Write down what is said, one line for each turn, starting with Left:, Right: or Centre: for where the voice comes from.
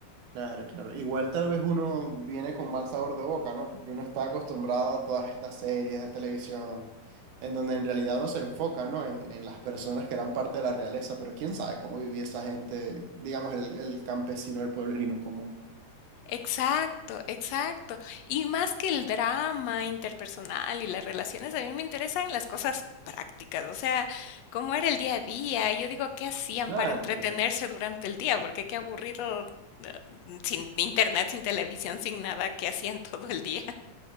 Right: Claro, claro. Igual tal vez uno viene con mal sabor de boca, ¿no? Porque uno está acostumbrado a todas estas series de televisión, en donde en realidad uno se enfoca, ¿no? En, en las personas que eran parte de la realeza, pero quién sabe cómo vivía esa gente, digamos, el, el campesino, el pueblerino común.
Left: Exacto, exacto. Y más que el drama interpersonal y las relaciones, a mí me interesan las cosas prácticas, o sea, cómo era el día a día. Yo digo, ¿qué hacían
Right: Claro,
Left: para entretenerse
Right: claro.
Left: durante el día? Porque qué aburrido, eh, mm, sin internet, sin televisión, sin nada, ¿qué hacían <laughs> todo el día?